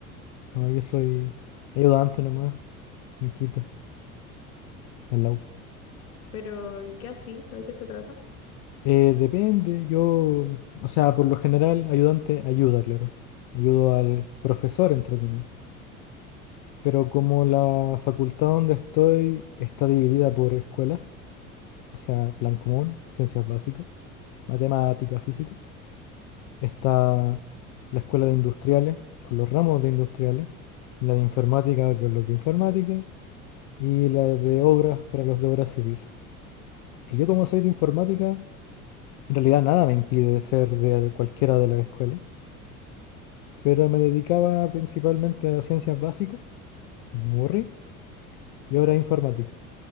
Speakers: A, on the left; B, on the left.
A: No, yo soy ayudante nomás, en Quito, en la U.
B: Pero, ¿y qué así? ¿De qué se trata?
A: Eh, depende, yo, o sea, por lo general, ayudante ayuda, claro. Ayudo al profesor, entre comillas. Pero como la facultad donde estoy está dividida por escuelas, o sea, plan común, ciencias básicas, matemática, física, está la escuela de industriales con los ramos de industriales, la de informática con los de informática y la de obras para los de obras civiles. Y yo como soy de informática, en realidad nada me impide ser de cualquiera de las escuelas, pero me dedicaba principalmente a ciencias básicas, me aburrí, y ahora a informática.